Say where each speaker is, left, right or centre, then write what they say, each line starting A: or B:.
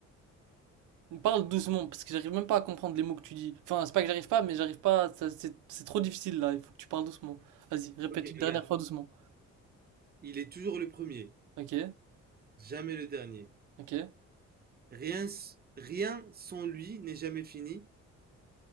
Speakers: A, on the right; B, on the right.
A: Parle doucement, parce que j'arrive même pas à comprendre les mots que tu dis. Enfin, c'est pas que j'arrive pas, mais j'arrive pas, ça- c'est c'est trop difficile, là. Il faut que tu parles doucement. Vas-y, répète
B: Ok,
A: une
B: regarde.
A: dernière fois doucement.
B: Il est toujours le premier,
A: Ok,
B: jamais le dernier.
A: ok.
B: Rien, s- rien sans lui n'est jamais fini.